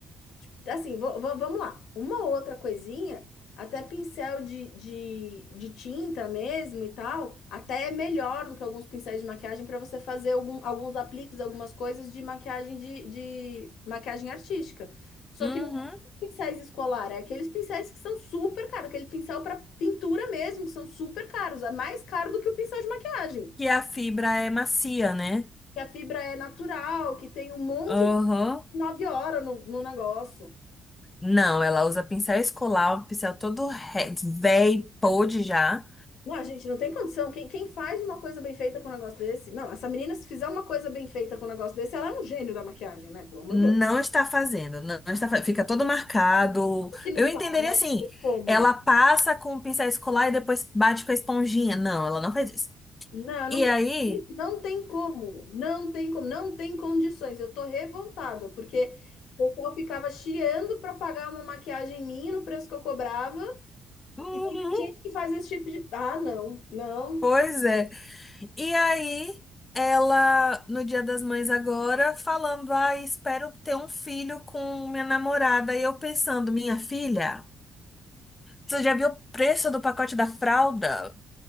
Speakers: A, on the left; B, on the left.
A: Tipo, Assim, va- va- vamos lá. Uma outra coisinha, até pincel de, de, de tinta mesmo e tal, até é melhor do que alguns pincéis de maquiagem para você fazer algum, alguns apliques, algumas coisas de maquiagem de, de maquiagem artística. Só
B: Uhum.
A: que não é pincéis escolar, é aqueles pincéis que são super caros, aquele pincel para pintura mesmo, que são super caros, é mais caro do que o pincel de maquiagem.
B: Que a fibra é macia, né?
A: Que a fibra é natural, que tem um monte
B: Uhum.
A: de nove horas no, no negócio.
B: Não, ela usa pincel escolar, um pincel todo re- velho, podre já.
A: Não, a gente não tem condição. Quem, quem faz uma coisa bem feita com um negócio desse? Não, essa menina, se fizer uma coisa bem feita com um negócio desse, ela é um gênio da maquiagem, né? Pelo amor
B: Não
A: de Deus.
B: está fazendo, não está, fa- fica todo marcado.
A: Sabe Que não
B: Eu entenderia
A: tá, né? Não
B: assim,
A: tem como.
B: ela passa com o pincel escolar e depois bate com a esponjinha. Não, ela não faz isso.
A: Não, não
B: E
A: tem,
B: aí?
A: gente, não tem como. Não tem como. Não tem condições. Eu tô revoltada, porque o pessoal ficava chiando para pagar uma maquiagem minha no preço que eu cobrava.
B: Uhum,
A: E tem gente que faz esse tipo de. Ah, não, não.
B: pois é. E aí, ela, no Dia das Mães agora, falando, ah, espero ter um filho com minha namorada. E eu pensando, minha filha, você já viu o preço do pacote da fralda?